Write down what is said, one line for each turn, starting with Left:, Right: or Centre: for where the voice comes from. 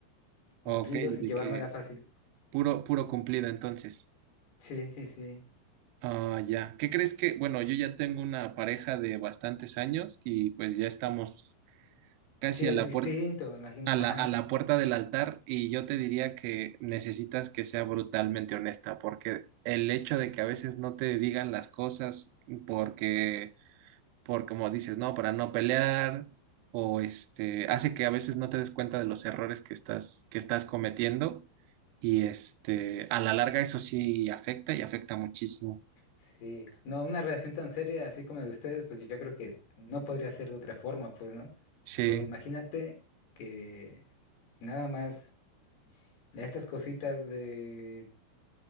Left: cumplidos
Right: Ok,
Left: y
Right: de
Left: llevármela
Right: que
Left: fácil.
Right: puro, puro cumplido entonces.
Left: Sí, sí, sí.
Right: Ah, ya. ¿Qué crees que? Bueno, yo ya tengo una pareja de bastantes años y pues ya estamos casi
Left: Sí,
Right: a
Left: es
Right: la
Left: distinto,
Right: puer-
Left: me imagino.
Right: a
Left: Ajá.
Right: la, a la puerta del altar y yo te diría que necesitas que sea brutalmente honesta porque el hecho de que a veces no te digan las cosas porque por como dices, ¿no? Para no pelear o este, hace que a veces no te des cuenta de los errores que estás, que estás cometiendo y este, a la larga eso sí afecta y afecta muchísimo.
Left: Sí. No, una relación tan seria así como la de ustedes, pues yo creo que no podría ser de otra forma, pues, ¿no?
Right: Sí,
Left: O imagínate que nada más estas cositas de